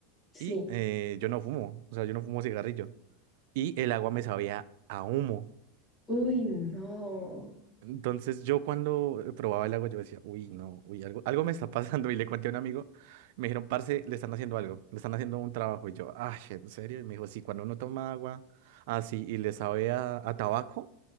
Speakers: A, on the left (about 20°); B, on the right (about 65°).
A: Sí.
B: y eh, yo no fumo, o sea, yo no fumo cigarrillo y el agua me sabía a humo.
A: Uy, no.
B: Entonces yo cuando eh, probaba el agua yo decía, uy, no, uy, algo, algo me está <laughs> pasando. Y le conté a un amigo, me dijeron, parce, le están haciendo algo, le están haciendo un trabajo. Y yo, ay, ¿en serio? Y me dijo, sí, cuando uno toma agua así y le sabe a, a tabaco,